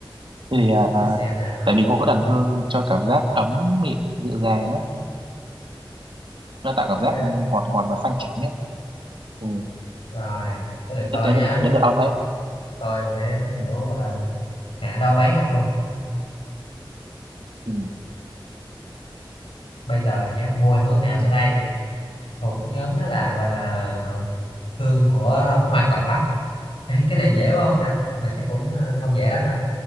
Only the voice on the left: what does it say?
để xem nào
ok
rồi tới được tôi
nhá
tôi sẽ kiểu
gọi là hạ đâu bán ông luôn
bây giờ nhá mùi hương nào sau đây thuộc nhóm đó là gọi là hương của hoa cỏ Ê, cái này dễ quá không ta mà chắc cũng ờ, không dễ lắm đâu